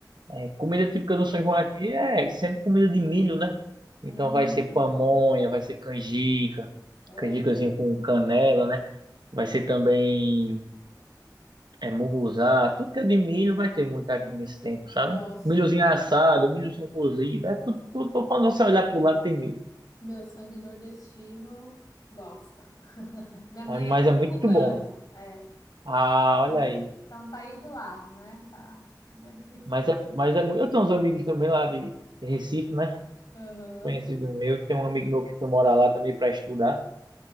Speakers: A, on the right (about 75°); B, on the left (about 55°).
A: É, comida típica do São João aqui é sempre comida de milho, né? Então
B: Hum,
A: vai ser pamonha, vai ser canjica,
B: amo.
A: canjicazinho com canela, né? Vai ser também é, munguzá, tudo que é de milho vai ter muito aqui
B: Hum,
A: nesse tempo, sabe?
B: gosto.
A: Milhozinho assado, milhozinho cozido, é tudo, tudo, tudo quando você olhar pro lado tem milho.
B: Meu sangue nordestino gosta. <laughs> Minha mãe
A: Aí, Mas
B: é pernambucana,
A: é muito bom.
B: é.
A: Ah, olha
B: Então
A: aí.
B: então tá aí do lado, né? Tá. <laughs>
A: Mas é, mas é, mu- eu tenho uns amigos também lá de Recife, né?
B: Aham,
A: conhecido meu, tem um amigo meu que foi morar lá também para estudar,